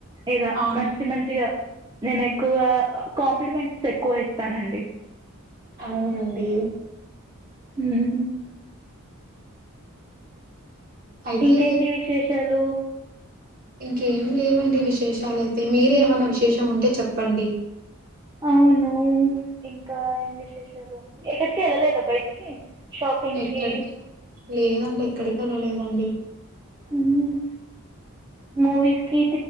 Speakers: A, on the right; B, on the right.
A: ఇలా
B: అవును
A: మంచి మంచిగా నేను ఎక్కువగా కాంప్లిమెంట్స్ ఎక్కువ ఇ స్తానండి
B: అవునండి
A: ఉహు
B: అయితే
A: ఇంకేంటి విశేషాలు?
B: ఇంకేం లేవండి విశేషాలైతే మీరేమన్నా విశేషం ఉంటే చెప్పండి?
A: అవును ఇంకా ఏం విశేషాలు ఎక్కడికి వెళ్ళలేదా బయటికి? షాపింగ్
B: ఎక్కడికి
A: కి
B: లేదండి ఎక్కడికి వెళ్ళలేదండి
A: మ్మ్ మూవీస్ కి